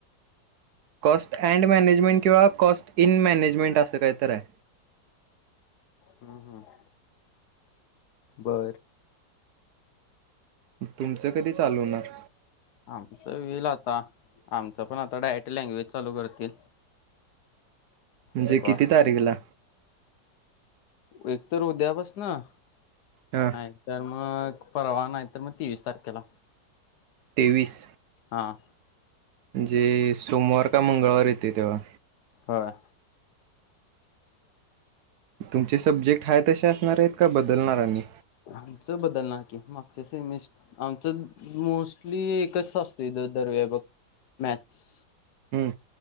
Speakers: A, on the right; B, on the left.
A: Cost and management किंवा कॉस्ट इन मॅनेजमेंट असं काहीतर आहे.
B: हम् हम् बर.
A: तुमचं कधी चालू होणार?
B: आमच होइल आता, आमच पण आता डायरेेक्ट लँग्वेज चालू करतील.
A: म्हणजे
B: शिकवा
A: किती तारीखला?
B: एकतर उद्यापसनं
A: हा
B: नाही तर मग परवा नाही तर मग तेवीस तारखेला.
A: तेवीस.
B: हां.
A: म्हणजे सोमवार का मंगळवार येते तेव्हा.
B: होय.
A: तुमचे सब्जेक्ट हाय तसे असणार आहेत का बदलणार आणि?
B: आमचं बदलणार की मागच्या सेमिस्ट, आमचं मोस्टली एकच असतोय दरवेळी बघ मॅथस.
A: हम.